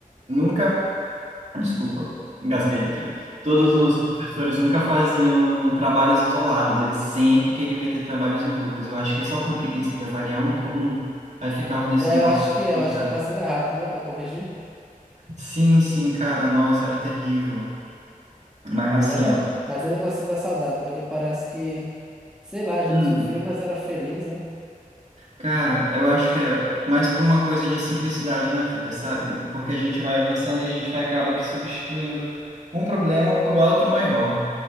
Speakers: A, on the right (about 50°); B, in the centre.
A: nunca, desculpa, engasguei aqui. Todos
B: De boa.
A: os professores nunca faziam trabalhos isolados, eles sempre queriam meter trabalhos em grupos. Eu acho que é só com preguiça de avaliar um por um, aí ficava nesse
B: É,
A: negócio.
B: eu acho que é,
A: de
B: eu acho
A: ficar.
B: que é pra ser mais rápido, né? Pra corrigir.
A: Sim, sim, cara, nossa, era terrível. Mas
B: Não,
A: assim,
B: verdade.
A: ó.
B: Mas mesmo assim dá saudade, porque parece que, sei lá, a gente
A: hum,
B: sofria, mas era feliz, né?
A: Cara, eu acho que é mais por uma coisa de simplicidade na vida, sabe? Porque a gente vai avançando e a gente vai acaba que substituindo um problema por outro maior.